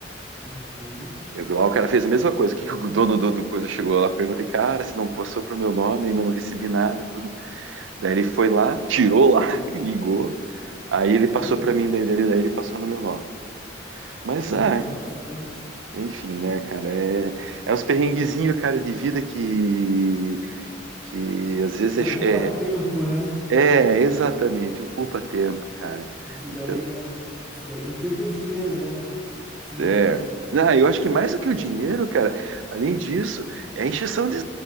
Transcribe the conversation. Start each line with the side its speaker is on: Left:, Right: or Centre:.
Centre: Uhum,
Right: Eu, lá o cara fez a mesma coisa. O que, que o dono do, do coisa chegou lá, perguntei, cara, se não passou pro meu nome, ainda não recebi nada, tudo. Daí ele foi lá, tirou lá, <laughs> ligou, aí
Centre: uhum.
Right: ele passou para mim, daí, daí daí ele passou no meu nome. Mas,
Centre: Sim,
Right: ah,
Centre: então, justamente.
Right: enfim, né, cara? É, é uns perrenguezinhos, cara, de vida que, que às vezes
Centre: Ocupa
Right: é,
Centre: tempo, né?
Right: é, é, exatamente, ocupa tempo, cara.
Centre: Isso
Right: Então,
Centre: daí é. Isso daí. E tempo é dinheiro, né? Assim,
Right: é. Ah, eu acho que mais do que o dinheiro, cara, além disso, é encheção de,